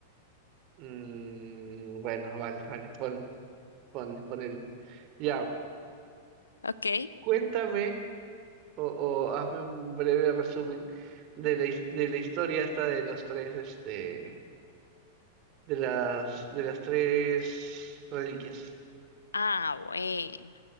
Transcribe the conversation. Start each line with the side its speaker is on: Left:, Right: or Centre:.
Right: Mm, bueno, vale, vale, pon, ponle, ponele. Ya,
Left: ¿Ok?
Right: cuéntame. o, o hazme un breve resumen de la, his- de la historia esta de los tres, este, de las, de las tres reliquias.
Left: Ah, bueno.